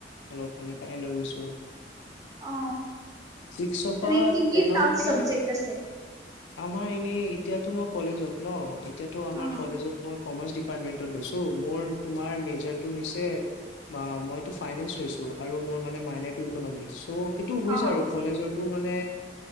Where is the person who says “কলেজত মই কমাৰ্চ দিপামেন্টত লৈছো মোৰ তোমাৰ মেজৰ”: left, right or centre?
Left